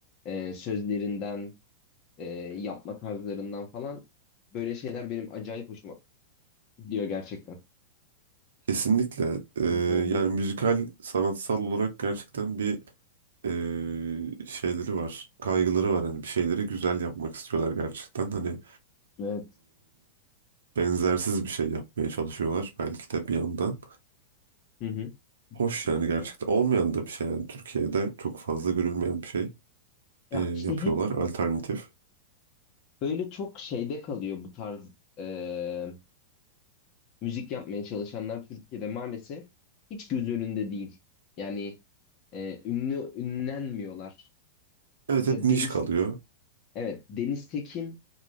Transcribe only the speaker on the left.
e, sözlerinden, e, yapma tarzlarından falan böyle şeyler benim acayip hoşuma gidiyor gerçekten.
Böyle oluyordu.
Evet.
Hı hı.
Böyle,
ya
işte hep
böyle çok şeyde kalıyor bu tarz e, müzik yapmaya çalışanlar Türkiye'de maalesef hiç göz önünde değil. Yani e, ünlü ünlenmiyorlar.
Mesela
Deniz,
evet Deniz Tekin,